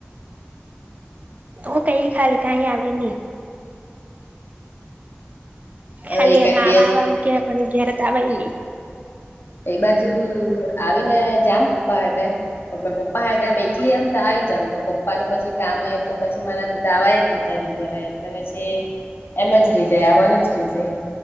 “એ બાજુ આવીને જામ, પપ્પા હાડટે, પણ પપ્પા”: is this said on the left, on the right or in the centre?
Left